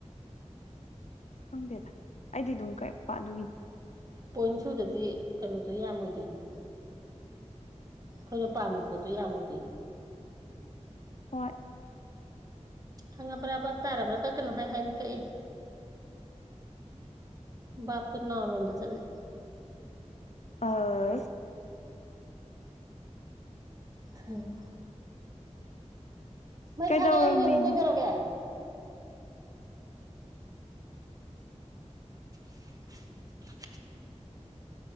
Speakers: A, on the left (about 70°); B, on the right (about 30°).
A: ꯈꯪꯗꯦꯗ ꯑꯩꯗꯤ ꯑꯗꯨꯝ ꯀ ꯄꯥꯗꯣꯏꯒꯤꯅꯤ
B: ꯄꯣꯏꯟ ꯁꯨꯗꯗꯤ ꯀꯩꯅꯣꯗꯣ ꯌꯥꯝꯃꯣꯏꯗꯣꯏꯅꯦ ꯑꯩꯈꯣꯏꯅ ꯄꯥꯝꯃꯤ ꯄꯣꯠꯇꯣ ꯌꯥꯝꯃꯣꯏꯗꯣꯏꯅꯦ
A: ꯍꯣꯏ
B: ꯈꯪꯉꯕ꯭ꯔꯥ ꯚꯞ ꯇꯥꯔꯕ꯭ꯔꯥ ꯀꯛ ꯀꯅꯣ ꯍꯥꯏꯅ ꯀꯛꯏꯦ ꯕꯥꯞꯇꯨ ꯅꯥꯎꯔꯣꯝꯗ ꯆꯠꯂꯦ
A: ꯑ
B: ꯍꯪ ꯃꯩ
A: ꯀꯩꯗꯧꯔꯝꯃꯤꯅꯣ
B: ꯁꯥꯒꯠ ꯂꯩ ꯌꯦꯉꯨ ꯀꯩꯗꯧꯔꯒꯦ ꯎꯝ <unintelligible>